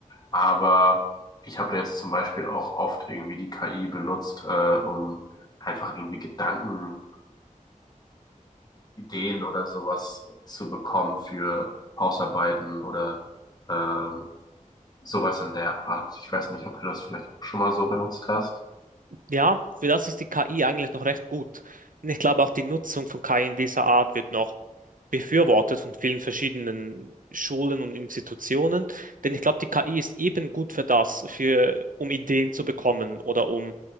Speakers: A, on the left (about 30°); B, on the right (about 75°).
A: Aber ich habe da jetzt zum Beispiel auch oft irgendwie die KI benutzt, äh, um einfach irgendwie Gedanken Ideen oder sowas zu bekommen für Hausarbeiten oder ähm, sowas in der Art. Ich weiß nicht, ob du das vielleicht schon mal so benutzt hast.
B: Ja, für das ist die KI eigentlich noch recht gut. Und ich glaube auch die Nutzung von KI in dieser Art wird noch befürwortet von vielen verschiedenen Schulen und Institutionen. Denn ich glaube, die KI ist eben gut für das, für, um Ideen zu bekommen oder um